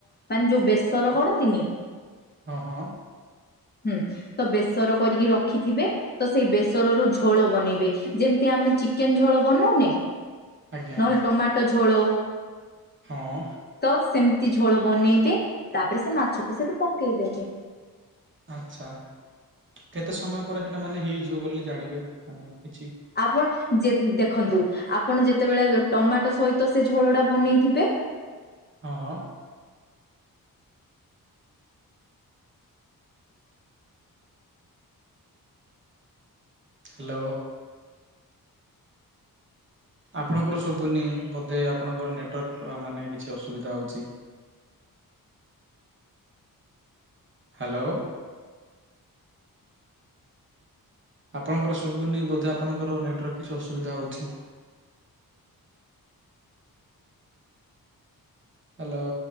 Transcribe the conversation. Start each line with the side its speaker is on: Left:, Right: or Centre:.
Left: ମାନେ ଯୋଉ ବେସର କରନ୍ତିନି।
Right: ହଁ ହଁ।
Left: ହୁଁ। ତ ବେସର କରିକି ରଖିଥିବେ ତ ସେଇ ବେସରରୁ ଝୋଳ ବନେଇବେ। ଯେମ୍ ଆମେ ଚିକେନ ଝୋଳ ବନଉନେ
Right: ଆଜ୍ଞା
Left: ନହେଲେ ଟମାଟୋ ଝୋଳୋ
Right: ହଁ।
Left: ତ ସେମିତି ଝୋଳ ବନେଇବେ ତାପରେ ସେ ମାଛକୁ ସେଠୁ ପକେଇଦେବେ।
Right: ଆଚ୍ଛା କେତେ ସମୟ ପରେ ସେଇଟା ମାନେ ହେଇଯିବ ବୋଲି ଜାଣିବେ ମାନେ କିଛି
Left: ଆପଣ ଯେ ଦେଖନ୍ତୁ ଆପଣ ଯେତେବେଳେ ଟମାଟୋ ସହିତ ସେ ଝୋଳ ଟା ବନେଇଥିବେ
Right: ହଁ ହଁ। ହାଲୋ। ଆପଣଙ୍କର ଶୁଭୁନି ବୋଧେ ଆପଣଙ୍କର ନେଟୱାର୍କ ମାନେ କିଛି ଅସୁବିଧା ହଉଛି। ହାଲୋ। ଆପଣଙ୍କର ଶୁବୁନି ବୋଧେ ଆପଣଙ୍କର ନେଟ୍ରେ କିଛି ଅସୁବିଧା ହଉଛି। ହାଲୋ।